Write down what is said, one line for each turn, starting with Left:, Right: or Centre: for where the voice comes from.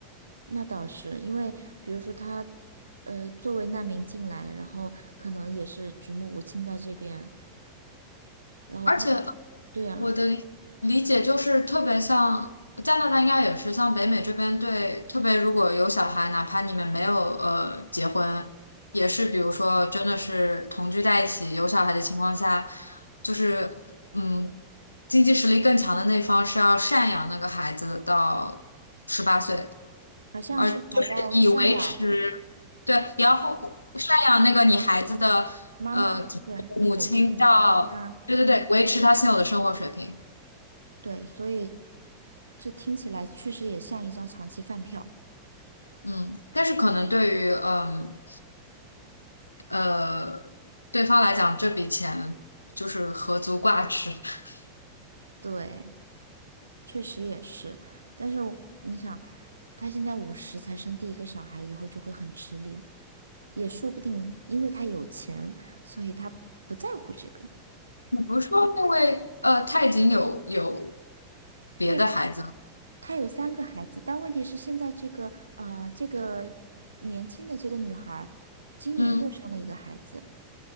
Right: 那倒是因为，比如说她，呃，作为难民进来，然后可能也是举目无亲在这边，然后他的，
Left: 而且
Right: 对啊，
Left: 我的理理解就是特别像加拿大，应该也是像北美这边对，特别如果有小孩，哪怕你们没有呃结婚，也是比如说真的是同居在一起有小孩的情况下，就是嗯，经济实力更强的那方是要赡养那个孩子到十八岁，
Right: 好像是还要赡养
Left: 而就是以维持对，然后赡养那个你孩子的呃怎么说母亲到对对对维持他现有的生活水平。
Right: 妈妈，对，的母亲，要她，对，所以这听起来确实也像一张长期饭票，
Left: 嗯，但是可能对于嗯呃对方来讲，这笔钱就是何足挂齿。<laughs>
Right: 对。确实也是，但是我你想，他现在五十才生第一个小孩，以后就会很吃力，也说不定，因为他有钱，所以他不在乎这个。
Left: 你不是说那位呃他已经有有别的孩子了？
Right: 对，他有三个孩子，但问题是现在这个呃这个年轻的这个女孩儿今年又生了一个孩子，
Left: 嗯